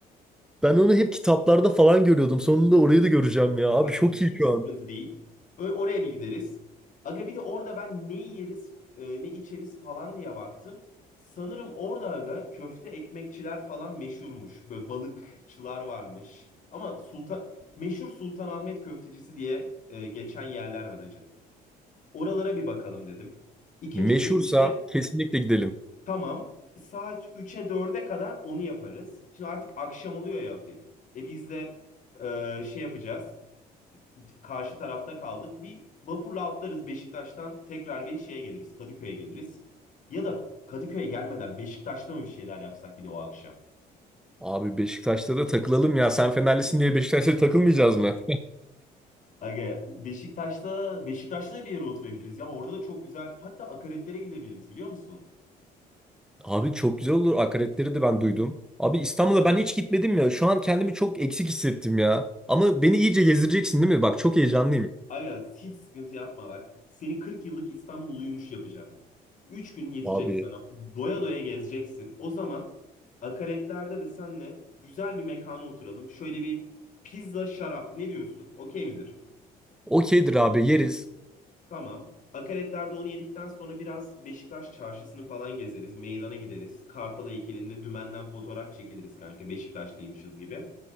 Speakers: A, in the centre; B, on the left.
A: ben onu hep kitaplarda falan görüyordum. Sonunda orayı da göreceğim ya. Abi
B: Abi
A: çok
B: hiç,
A: iyi
B: hiç
A: şu
B: sıkıntı
A: an.
B: değil. Ö- oraya bir gideriz. Aga bir de orada ben ne yeriz, e, ne içeriz falan diye baktım. Sanırım orada aga köfte ekmekçiler falan meşhurmuş. Böyle balıkçılar varmış. Ama Sultan meşhur Sultanahmet köftecisi diye e, geçen yerler var acı. Oralara bir bakalım dedim. İkinci
A: Meşhursa
B: gün işte
A: kesinlikle gidelim.
B: tamam saat üç'e dörde kadar onu yaparız. Şimdi artık akşam oluyor ya hafif. E biz de e, şey yapacağız karşı tarafta kaldık. Bir vapurla atlarız Beşiktaş'tan tekrar bir şeye geliriz. Kadıköy'e geliriz. Ya da Kadıköy'e gelmeden Beşiktaş'ta mı bir şeyler yapsak bir de o akşam? <laughs>
A: Abi Beşiktaş'ta da takılalım ya. Sen Fenerlisin diye Beşiktaş'ta takılmayacağız mı?
B: Aga Beşiktaş'ta Beşiktaş'ta da bir yere oturabiliriz ya. Orada da çok güzel. Hatta akaretlere gidebiliriz biliyor musun?
A: Abi çok güzel olur. Akaretleri de ben duydum. Abi İstanbul'a ben hiç gitmedim ya. Şu an kendimi çok eksik hissettim ya. Ama beni iyice gezdireceksin değil mi? Bak çok heyecanlıyım.
B: Aga hiç sıkıntı yapma bak. Seni 40 yıllık İstanbulluymuş yapacağım. 3 gün yetecek
A: Abi.
B: sana. Doya doya gezeceksin. O zaman akaretlerde de senle güzel bir mekana oturalım. Şöyle bir pizza, şarap ne diyorsun? Okey midir?
A: Okeydir abi yeriz.
B: Tamam. Akaretlerde onu yedikten sonra biraz Beşiktaş çarşısını falan gezeriz. Meydana gideriz. Kartal heykelinde dümenden fotoğraf çekiliriz kanka. Beşiktaşlıymışız gibi.